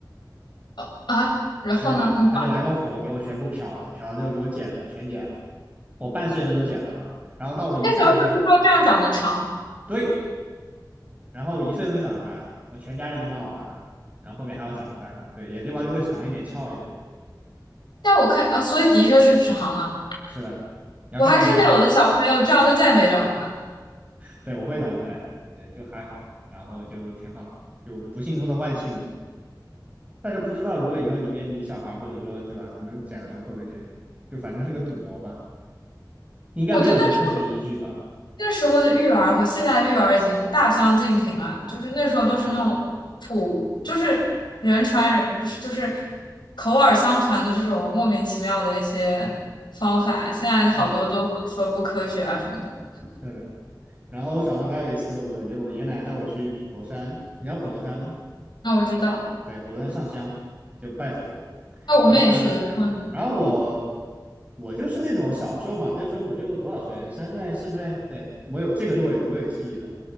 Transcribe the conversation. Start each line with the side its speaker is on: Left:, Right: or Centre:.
Left: 呃啊，然后呢？
Right: 他就拿他就拿个火给我全部漂了，
Left: 你
Right: 漂了之后给我剪了，全剪了。我半岁的时候剪的吧，然后到我一岁的时候，
Left: 那时候是不是说这样长得长？
Right: 对，然后我一岁都没长出来，我全家人都骂我吧。然后后面还要长出来了，对，眼睫毛就会长一点，翘一点。
Left: 但我看，呃，所以的确是长了。
Right: 是的，你要看照片吗？
Left: 我还看见有的小朋友这样就再也没长出来。
Right: 对，我会长出来的，对，就还好，然后就挺好，就不幸中的万幸。但是不知道如果以后你跟你小孩或者说对吧什么剪的时候会不会这样，就反正是个赌博吧，应该没有什么科学依据吧？
Left: 我觉得那时那时候的育儿和现在育儿已经大相径庭了，就是那时候都是那种，
Right: 啊，
Left: 就是人传人，不是就是口耳相传的这种莫名其妙的一些方法，现在好多都会说不科学啊什么的。
Right: 是是的。然后我小时候还有一次，我就我爷爷奶奶带我去普陀山，你知道普陀山吗？
Left: 那我知道，
Right: 对，不断上香就拜佛。
Left: 那我们也去了，
Right: 然后呢，
Left: 然后呢？
Right: 然后我我就是那种小时候嘛，那时候我就多少岁，三岁四岁，对我有这个时候我有我有记忆了，